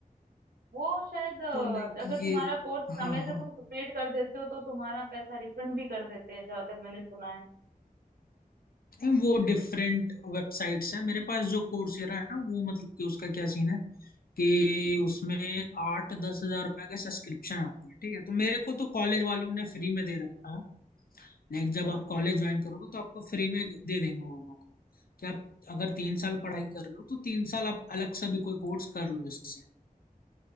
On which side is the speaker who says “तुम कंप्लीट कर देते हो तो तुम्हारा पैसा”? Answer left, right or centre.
Right